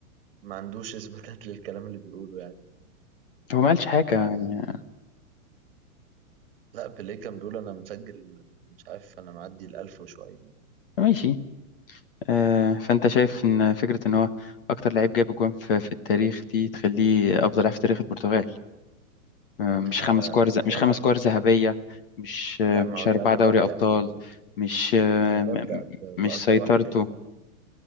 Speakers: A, on the right (about 40°); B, on the left (about 40°).
A: ما عندوش اثباتات للكلام اللي بيقوله يعني
B: هو ما قالش حاجة
A: آه
B: يعني
A: لا بيليه كان بيقول انا مسجل مش عارف انا معدي الالف وشويه يعني.
B: ماشي آه، فانت شايف ان فكرة ان هو اكتر لعيب جاب جوان في, في التاريخ دي تخليه افضل لاعب في تاريخ البرتغال آه، مش
A: آه
B: خمس كور ذ-
A: يعني
B: مش خمس كور ذهبية مش آه،
A: لا
B: مش
A: ما هو
B: أربعة
A: ده انا
B: دوري
A: ببدا
B: أبطال
A: ب...
B: مش آه،
A: انا ببدا
B: م- م-
A: ب...
B: مش
A: باكتر
B: سيطرته
A: واحد جايب